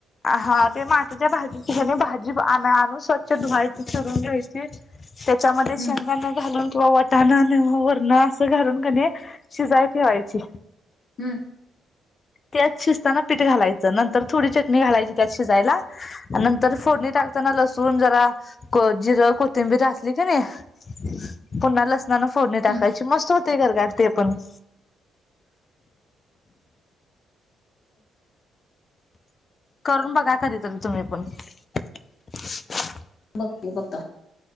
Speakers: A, on the left; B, on the left.
A: हा ते मातीच्या भाजी ह्याने भाजी आण आणून स्वच्छ धुवायची चिरून घ्यायची. च्यामध्ये
B: हम्म
A: शेंगदाण घालून किंवा वटाण किंवा वरण असं घालून कनइ शिजाय ठेवायची.
B: हम्म
A: त्याच शिजताना मिठ घालायच नंतर कनी चटणी घालायची त्यात शिजायला आणि नंतर फोडणी टाकून लसुण जरा जिरं कोथिंबीर घातली कधी पुन्हा लसुण फोडणी टाकायची
B: हम्म
A: मस्त ते घर काढते आपण <inaudible> करून बघा कधीतरी तुम्ही पण <unintelligible>
B: बगतो बगतो